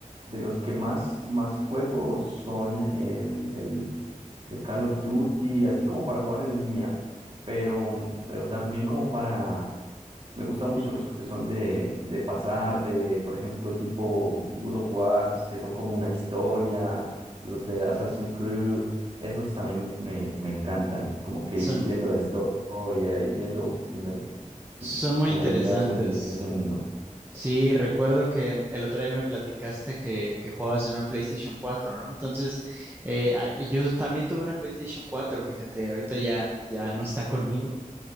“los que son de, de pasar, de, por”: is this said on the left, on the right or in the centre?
Right